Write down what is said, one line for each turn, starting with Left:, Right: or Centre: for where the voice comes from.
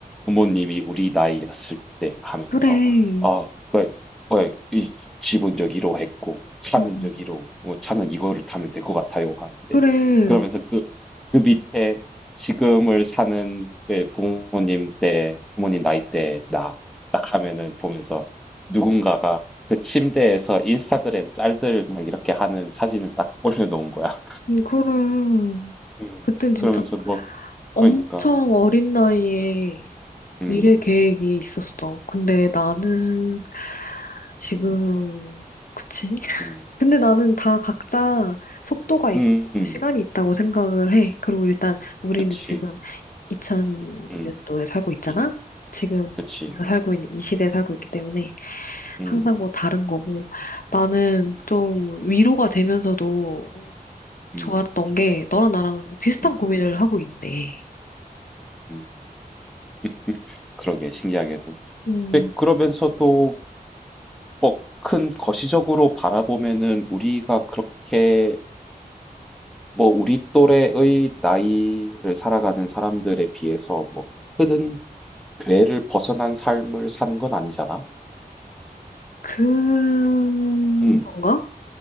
Centre: 부모님이 우리 나이였을 때 하면서
Left: 그래.
Centre: 아, 왜, 왜, 이 집은 여기로 했고 차는
Left: 음,
Centre: 여기로 뭐 차는 이거를 타면 될 것 같아요 하는데
Left: 그래.
Centre: 그러면서 그, 그 밑에 지금을 사는 그 부모님 때 부모님 나이 때 나 딱 하면은 보면서 누군가가 그 침대에서 인스타그램 짤들 막 이렇게 하는 사진을 딱 올려놓은 거야.
Left: 음, 그래.
Centre: 음.
Left: 그땐 진짜
Centre: 그러면서 뭐
Left: 엄청
Centre: 그러니까
Left: 어린 나이에
Centre: 음,
Left: 미래 계획이 있었어. 근데 나는 지금,
Centre: 음,
Left: 그치? <laughs>
Centre: 음.
Left: 근데 나는 다 각자 속도가 있고
Centre: 음. 음.
Left: 시간이 있다고 생각을 해. 그리고 일단 우리는
Centre: 그치.
Left: 지금 2000년도에
Centre: 음.
Left: 살고 있잖아?
Centre: 이
Left: 지금
Centre: 그치.
Left: 우리가 살고 있는 이 시대에 살고 있기 때문에
Centre: 음.
Left: 항상 뭐 다른 거고 나는
Centre: 음.
Left: 좀 위로가 되면서도
Centre: 음. 음.
Left: 좋았던 게 너랑 나랑 비슷한
Centre: 음.
Left: 고민을 하고 있네.
Centre: 음. <laughs> 그러게 신기하게도.
Left: 음.
Centre: 근데 그러면서도 뭐 큰 거시적으로 바라보면은 우리가 그렇게 뭐 우리 또래의 나이를 살아가는 사람들에 비해서 뭐 큰 궤를 벗어난 삶을 사는 건 아니잖아.
Left: 그런가?
Centre: 음.